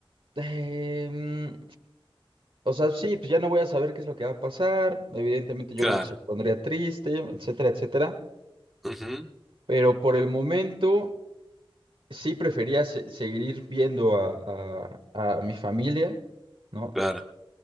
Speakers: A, on the right; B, in the centre.
A: eh, mm, o sea, sí, pues ya no voy a saber qué es lo que va a pasar. Evidentemente yo
B: claro.
A: creo que se pondría triste, etcétera, etcétera.
B: ujú,
A: Pero por el momento sí prefería se- seguir viendo a, a a mi familia, ¿no?
B: claro,